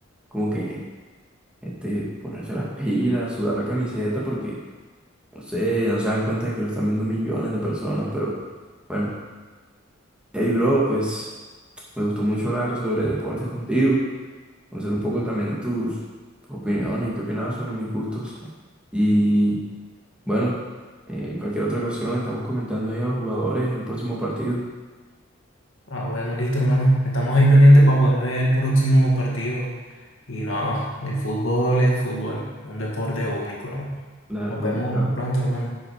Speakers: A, in the centre; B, on the left.
A: como que este, ponerse las pilas, sudar la camiseta porque No sé, no se dan cuenta de que lo están viendo millones de personas, pero bueno. Hey, bro, pues me gustó mucho hablar sobre deportes contigo, conocer un poco también de tus, opiniones, qué opinabas sobre mis gustos. Y bueno, en cualquier otra ocasión estamos comentando ahí a los jugadores en el próximo partido.
B: Ah, bueno, listo, hermano. Estamos ahí pendientes para poder ver el próximo partido. Y no, el fútbol es fútbol, un deporte único, hermano.
A: Dale,
B: Nos
A: hermano,
B: vemos
A: chao.
B: pronto, hermano.